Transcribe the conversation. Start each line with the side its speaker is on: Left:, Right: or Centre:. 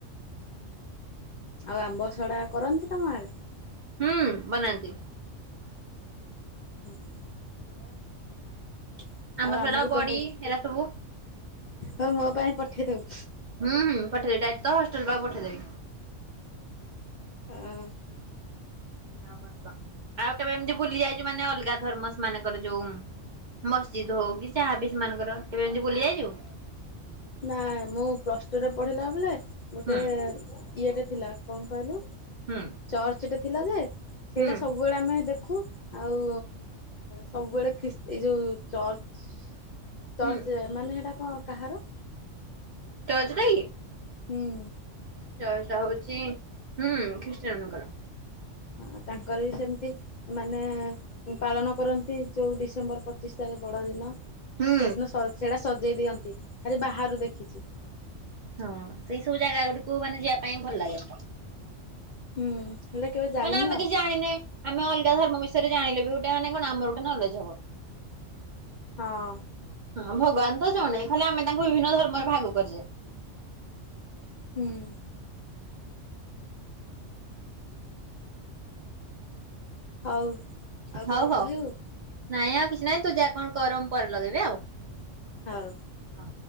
Left: ଆଉ ଆମ୍ବ ସଢ଼ା କରନ୍ତି ତମ ଆଡ଼େ?
Right: ହୁଁ ବନାନ୍ତି।
Left: ହଁ ହଁ ଭଲ ଆଉ।
Right: ଆମ୍ବ
Left: ଆଉ
Right: ସଡା
Left: ଆମୁକୁ
Right: ବଡି
Left: ଦବୁ,
Right: ଏରା ସବୁ
Left: ହଉ ମୋ ପାଇଁ ପଠେଇଦବୁ
Right: ହୁଁ ହୁଁ, ପଠେଇଦେବି, ଡାଏଟ ତୋ ହଷ୍ଟେଲ ପାଖକୁ ପଠେଇଦବି।
Left: ହ
Right: ଆଉ କଣ କ? ଆଉ କେବେ ଏମିତି ବୁଲି ଯାଇଛୁ ମାନେ ଅଲଗା ଧର୍ମସ ମାନଙ୍କରେ ଯୋଉ ମସଜିଦ୍ଦ ହଉ କି ଯାହାବି ସେମାନଙ୍କର, କେବେ ଏମିତି ବୁଲି ଯାଇଚୁ?
Left: ନାଇଁ ମୁଁ ପ୍ଲସ ଟୁରେ ପଢିଲା ବେଳେ, ଗୋଟେ
Right: ହୁଁ
Left: ଇଏଟା ଥିଲା, କଣ କହିଲୁ?
Right: ହୁଁ
Left: ଚର୍ଚ୍ଚଟେ ଥିଲା ଯେ, ସେଇଟା
Right: ହୁଁ
Left: ସବୁ ସବୁବେଳେ ଆମେ ଦେଖୁ ଆଉ ସବୁବେଳେ ଖ୍ରୀଷ୍ ଏ ଯୋଉ ଚର୍ଚ୍ଚ ଚର୍ଚ୍ଚ
Right: ହୁଁ
Left: ମାନେ ହେଇଟା କଣ? କାହାର?
Right: <unintelligible> କାହିଁକି?
Left: ହୁଁ ଉଁ।
Right: ଚର୍ଚ୍ଚଟା ହଉଛି ହୁଁ ଖ୍ରୀଷ୍ଟିୟ ମାନଙ୍କର।
Left: ହଁ, ତାଙ୍କର ବି ସେମିତି ମାନେ ପାଳନ କରନ୍ତି ଯୋଉ ଡିସେମ୍ବର ପଚିଶ ତାରିଖ ବଡ ଦିନ। ସେଦିନ
Right: ହୁଁ
Left: ସ ସେଟା ସଜେଇ ଦିଅନ୍ତି, ଖାଲି ବାହାରୁ ଦେଖିଛି।
Right: ହଁ ସେଇ ସବୁ ଜାଗା ଗୁଡିକୁ ମାନେ ଯିବା ପାଇଁ ଭଲ ଲାଗେ।
Left: ହୁଁ, ହେଲେ କେବେ ଯାଇନି
Right: ମାନେ ଆମେ
Left: ଆଉ।
Right: କିଛି ଜାଣିିନେ, ଆମେ ଅଲଗା ଧର୍ମ ବିଷୟରେ ଜାଣିଲେ ବି ଗୋଟେ ମାନେ କଣ ଆମର ଗୋଟେ ନଲେଜ ହବ।
Left: ହଁ
Right: ହଁ ଭଗବାନ ତ ଜଣେ, ଖାଲି ଆମେ ତାଙ୍କୁ ବିଭିନ୍ନ ଧର୍ମରେ ଭାଗ କରିଛେ।
Left: ହୁଁ ଉଁ। ହଉ। ଆଉ
Right: ହଉ
Left: କଣ
Right: ହଉ
Left: କହିବୁ
Right: ନାଇଁ ଆଉ କିଛି ନାଇଁ ତୁ ଯା କଣ କର, ମୁଁ ପରେ ଲଗେଇବି ଆଉ।
Left: ହଉ।
Right: ହଁ।